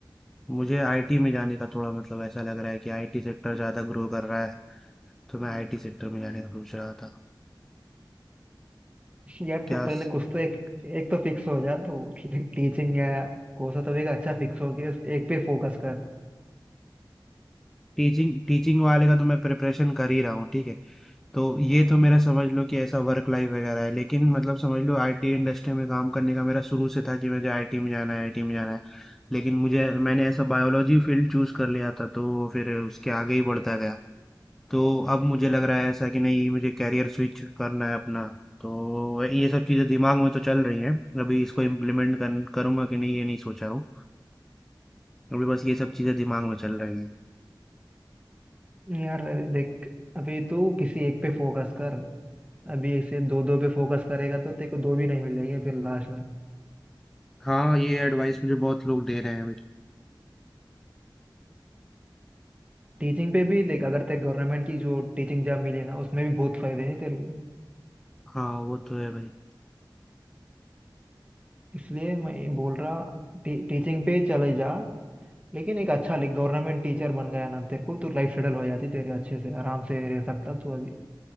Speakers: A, in the centre; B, on the right.
A: मुझे आईटी में जाने का थोड़ा मतलब ऐसा लग रहा है कि आईटी सेक्टर ज़्यादा ग्रो कर रहा है तो मैं आईटी सेक्टर में जाने का सोच रहा था
B: यार
A: क्या
B: तू पहले कुछ तो एक एक तो फिक्स हो जा तो टीचिंग <laughs> या कोर्स है तभी का अच्छा फिक्स हो गया एक पे फोकस कर
A: टीचिंग टीचिंग वाले का तो मैं प्रिपरेशन कर ही रहा हूँ ठीक है तो ये तो मेरा
B: हाँ,
A: समझ लो कि ऐसा वर्क लाइफ वगैरह है लेकिन मतलब समझ लो आईटी इंडस्ट्री में काम करने का मेरा शुरू से था कि मुझे आईटी में जाना है आईटी में जाना है लेकिन मुझे मैंने ऐसा बायोलॉजी फील्ड चूज कर लिया था तो फिर उसके आगे ही बढ़ता गया तो अब मुझे लग रहा है ऐसा कि नहीं मुझे कैरियर स्विच करना है अपना तो ये सब चीज़ें दिमाग में तो चल रही हैं अभी इसको इम्प्लीमेंट कर, करूंगा कि नहीं ये नहीं सोचा हूँ अभी बस ये सब चीज़ें दिमाग में चल रही हैं
B: यार अरे देख अभी तू किसी एक पे फोकस कर अभी ऐसे दो दो पे फोकस करेगा तो तेरे को दो भी नहीं मिलेंगे फिर लास्ट में
A: हाँ ये एडवाइस मुझे बहुत लोग दे रहे हैं अभी
B: टीचिंग पे भी देख अगर तेरे गवर्नमेंट की जो टीचिंग जॉब मिली ना उसमें भी बहुत फायदे हैं तेरे को
A: हाँ वो तो है भाई
B: इसलिए मैं ये बोल रहा टी, टीचिंग पे चले जा लेकिन एक अच्छा गवर्नमेंट टीचर बन गया ना तेरे को तो लाइफ सेटल हो जाती तेरे अच्छे से आराम से रह सकता तू अभी